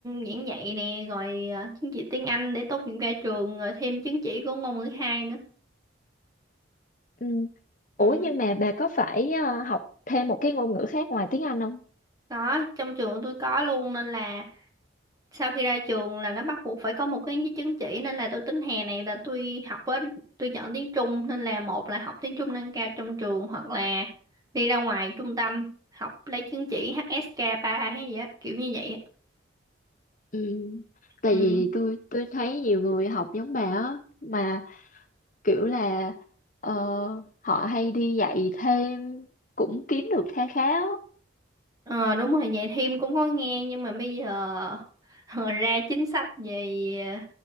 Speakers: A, on the right; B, on the left.
A: giảng dạy nè rồi ờ, chứng chỉ tiếng Anh để tốt nghiệp ra trường rồi thêm chứng chỉ của ngôn ngữ hai nữa
B: Ừ. Ủa
A: ừ.
B: nhưng mà bà có phải ờ, học thêm một cái ngôn ngữ khác ngoài tiếng Anh không?
A: đó trong trường tôi có luôn nên là sau khi ra trường là nó bắt buộc phải có một cái chứng chỉ nên là tôi tính hè này là tôi học với tôi chọn tiếng Trung nên là một là học tiếng Trung nâng cao trong trường hoặc là đi ra ngoài trung tâm học lấy chứng chỉ HSK 3 hay gì á kiểu như vậy á.
B: Ừ. Tại
A: ừ.
B: vì tôi tôi thấy nhiều người học giống bà á mà kiểu là ờ, họ hay đi dạy thêm cũng kiếm được kha khá á.
A: ờ đúng rồi vậy thêm cũng có nghe nhưng mà bây giờ <laughs> ờ, ra chính sách về